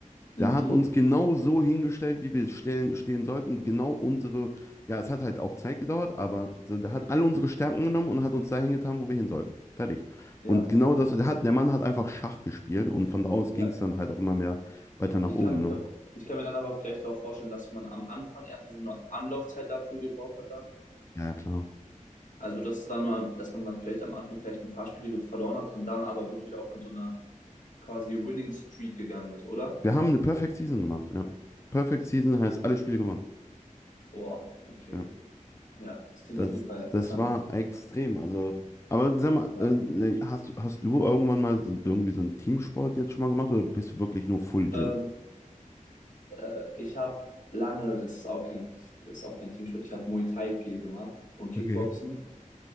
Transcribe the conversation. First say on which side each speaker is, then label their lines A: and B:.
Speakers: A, on the left; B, on the left.
A: Mhm.
B: Der hat uns genau so hingestellt, wie wir stellen, stehen sollten. Genau unsere, ja, es hat halt auch Zeit gedauert, aber so, der hat alle unsere Stärken genommen und hat uns dahin getan, wo wir hin sollten. Fertig.
A: Ja,
B: Und genau das, der hat, der Mann hat einfach Schach gespielt und von da aus
A: ja.
B: ging es dann halt auch immer mehr weiter nach
A: Ich
B: oben,
A: kann mir,
B: ne?
A: ich kann mir dann aber vielleicht auch vorstellen, dass man am Anfang erstmal so eine Anlaufzeit dafür gebraucht hat dann.
B: Ja, ja, klar.
A: Also, dass dann mal, dass man dann vielleicht am Anfang vielleicht ein paar Spiele ge- verloren hat und dann aber wirklich auch in so eine quasi Winning Streak gegangen ist, oder?
B: Wir haben eine Perfect Season gemacht, ja. Perfect Season heißt alle Spiele gewonnen.
A: Boah, okay.
B: Ja.
A: Ja, das klingt
B: Das,
A: auf jeden Fall interessant.
B: das war extrem. Also, aber sag mal,
A: Ja.
B: äh, ne, hast, hast du irgendwann mal so, irgendwie so einen Teamsport jetzt schon mal gemacht oder bist du wirklich nur Full Gym?
A: Ähm, äh, ich habe lange, das ist auch kein, das ist auch kein Teamsport, ich habe Muay Thai viel gemacht und Kickboxen.
B: Okay.